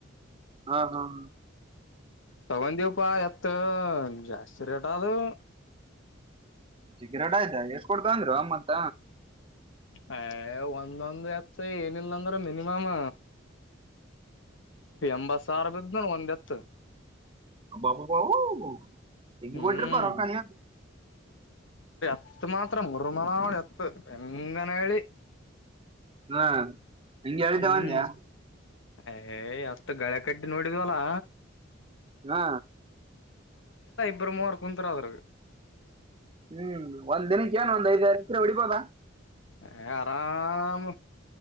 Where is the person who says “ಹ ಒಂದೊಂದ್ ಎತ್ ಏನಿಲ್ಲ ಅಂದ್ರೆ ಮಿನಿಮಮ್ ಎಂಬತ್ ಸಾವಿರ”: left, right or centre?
Left